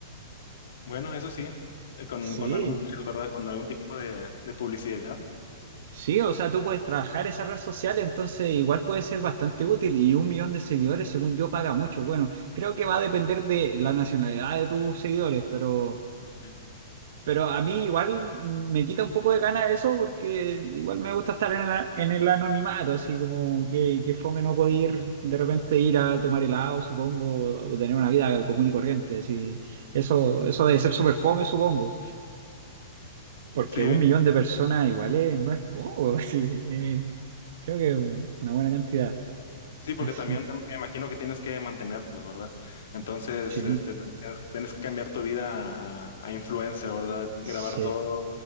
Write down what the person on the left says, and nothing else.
Bueno, eso sí, eh, con,
con anuncios, ¿verdad? Con algún tipo de, de publicidad.
Sí,
sí,
sí, porque
también me imagino que tienes que mantenerlos, ¿verdad? Entonces,
este, tienes, tienes que cambiar tu vida a, a influencer, ¿verdad?
Grabar todo,